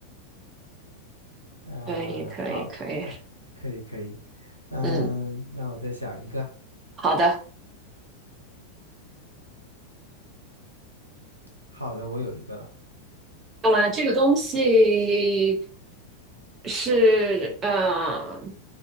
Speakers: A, on the right; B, on the right.
A: 嗯、
B: 可以，可以，
A: 好的，
B: 可以，
A: 可以可以。嗯，
B: 嗯，
A: 那我再想一个。
B: 好的，
A: 好的，我有一个了。
B: 了，这个东西是，嗯，